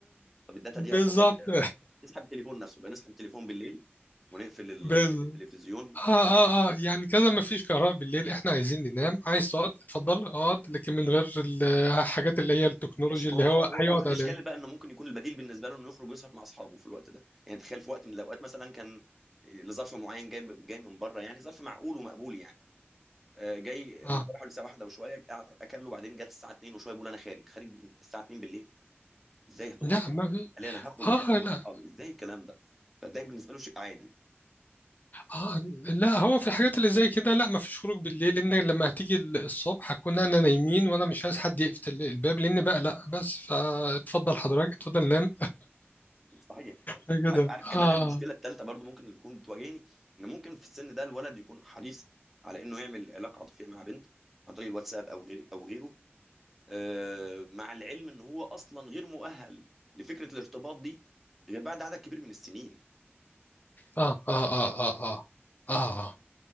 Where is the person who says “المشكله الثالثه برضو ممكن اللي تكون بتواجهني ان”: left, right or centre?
Centre